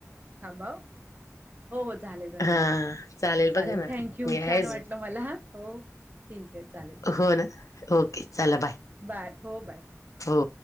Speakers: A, on the right; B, on the left.
A: थांबव. हो हो झाले झाले
B: हा
A: चालेल
B: बघा ना
A: थँक यू.
B: मी आहे
A: छान
B: अजून
A: वाटलं मला हो. ठीक आहे चालेल.
B: हो ना ओके चला
A: बाय हो बाय.
B: हो.